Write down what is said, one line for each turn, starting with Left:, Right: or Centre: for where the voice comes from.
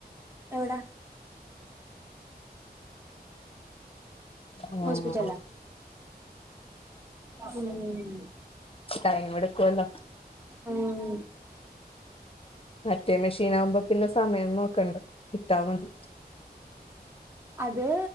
Right: എവിടാ
Left: ആഹ്
Right: ഹോസ്പിറ്റലിലാ ഉം
Left: ടൈം എടുക്കുവല്ലോ
Right: ഉം
Left: മറ്റേ മെഷീൻ ആകുമ്പോ പിന്നെ സമയം നോക്കണ്ട ഇട്ടാ മതി
Right: അത്